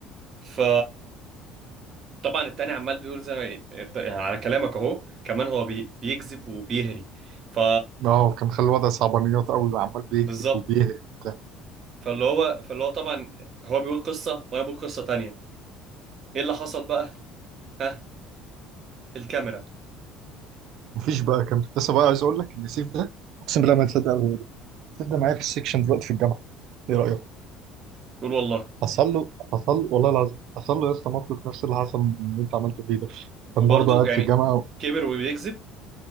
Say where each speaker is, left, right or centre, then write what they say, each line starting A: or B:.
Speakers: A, on the right; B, on the right.
A: ف طبعا التاني عمال بيقول زي ما يعني على كلامك اهو كمان هو بي... بيكذب وبيهري ف
B: اه كان مخلي الوضع صعبانيات قوي وعمال بيكتب
A: بالظبط
B: وبيهري وبتاع
A: فاللي هو فاللي هو طبعا هو بيقول قصة وانا بقول قصة تانية ايه اللي حصل بقى ها الكاميرا
B: مفيش بقى كان لسه بقى عايز اقول لك ان سيف ده اقسم بالله ما تصدق الولد ده. سيف ده معايا في السكشن دلوقتي في الجامعه ايه رايك
A: قول والله
B: حصل له حصل له والله العظيم حصل له يا اسطى موقف نفس اللي حصل من اللي انت عملته فيه ده
A: وبرضه
B: كان برضه قاعد
A: يعني
B: في الجامعه
A: كبر وبيكذب